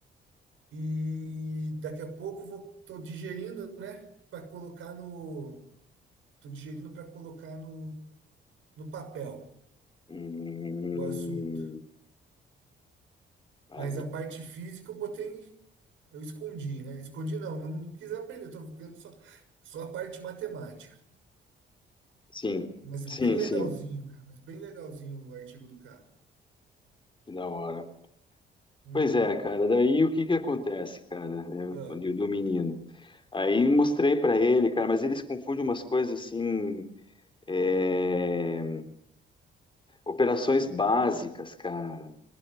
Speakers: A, on the right; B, on the left.
A: E daqui a pouco vou tô digerindo, né, para colocar no tô digerindo para colocar no, no papel
B: Hum,
A: o assunto.
B: aí,
A: Mas a parte física eu botei, eu escondi, né? Escondi não, não, não quis aprender, tô vendo só só a parte matemática.
B: sim,
A: Mas
B: sim,
A: bem legalzinho,
B: sim,
A: cara, mas bem legalzinho o artigo do cara.
B: que da hora.
A: Uhum.
B: Pois é, cara. Daí o que que acontece, cara, né,
A: Ah,
B: do do menino? Aí mostrei pra ele, cara, mas eles confundem umas coisas assim, é, operações básicas, cara.